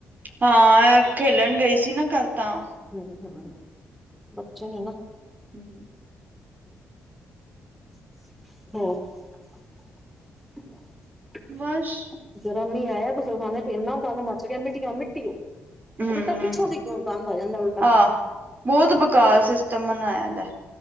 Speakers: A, on the right; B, in the centre.
A: ਹਾਂ ਖੇਲਣ ਗਈ ਸੀ ਨਾ ਕੱਲ ਤਾਂ
B: ਹਮ ਹਮ ਬੱਚੇ ਨੇ ਨਾ
A: <unintelligible>
B: ਹ <unintelligible>
A: ਵਸ਼
B: ਜਰਾ ਮੀਹ ਆਇਆ, ਗੁਸਲਖਾਨੇ ਤੇ ਇਨਾ ਗੰਦ, ਮੱਚ ਗਿਆ। ਮਿੱਟੀ ਔ ਮਿੱਟੀ ਉਹ
A: ਹੂੰ
B: ਉਲਟਾ ਪਿਛੋਂ, ਦੀ ਗ ਬੰਦ ਹੋ ਜਾਦਾ। ਉਲਟਾ
A: ਆਹ ਬਹੁਤ ਬੇਕਾਰ, ਸਿਸਟਮ ਬਨਾਇਆ। ਐਨੇ